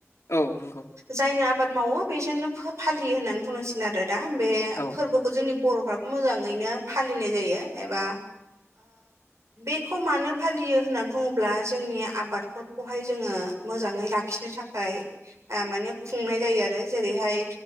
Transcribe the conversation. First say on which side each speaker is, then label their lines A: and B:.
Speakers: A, on the left; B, on the right.
A: औ नंगौ
B: जायनो आबाद मावो बेजोंनो फालियो होननानै बुंनांसिगोन आरो दा बे
A: औ
B: फोरबोखौ खौ जोंनि बर'फ्राबो मोजाङैनो फालिनाय जायो एबा बेखौ मानो फालियो होननानै बुङोब्ला जोंनि आबादफोरखौहाय जोङो मोजाङै लाखिनो था खाय माने खुंनाय जायो आरो जेरैहाय